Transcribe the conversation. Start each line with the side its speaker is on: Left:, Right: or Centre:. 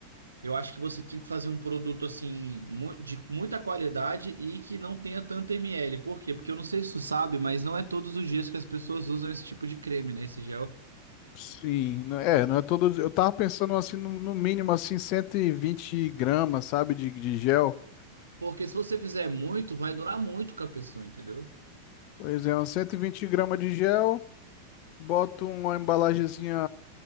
Right: Eu acho que você tem que fazer um produto assim mu- de muita qualidade e que não tenha tanto ml. Por quê? Porque eu não sei se tu sabe, mas não é todos os dias que as pessoas usam esse tipo de creme, né? Esse gel.
Left: sim, não- é, não é todo, eu tava pensando assim no, no mínimo assim 120 gramas, sabe, de, de gel.
Right: Porque se você fizer muito, vai durar muito com a pessoa, entendeu?
Left: Pois é, uns 120 gramas de gel, boto uma embalagenzinha